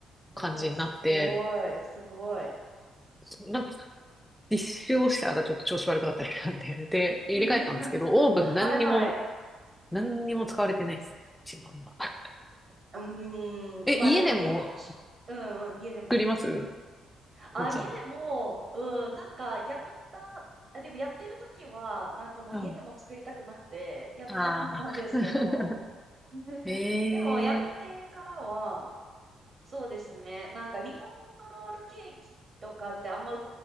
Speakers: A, on the right; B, in the centre.
A: おお、
B: 感じになって、
A: すごい、すごい。
B: そなんか、実習をしてたらちょっと調子悪くなったりしたんで、<laughs> で、入れ替えたんですけど、
A: <laughs>
B: オーブン何にも、
A: はいはい。
B: 何にも使われてないですね。うちの今。<laughs>
A: うーん、
B: え、
A: まあでも日本酒、
B: 家でも
A: うんうん、家でも。
B: 作ります
A: あ、
B: うつん。
A: 家でも、うん、なんかやめた、あ、でもやってる時は、なんかもう家でも作りたくなくて、
B: うん。
A: やってなくなったんですけど、
B: ああ。<laughs>
A: <laughs>
B: ええ
A: でもやめてからは、そうですね。なんか日本のロールケーキとかってあんま売っ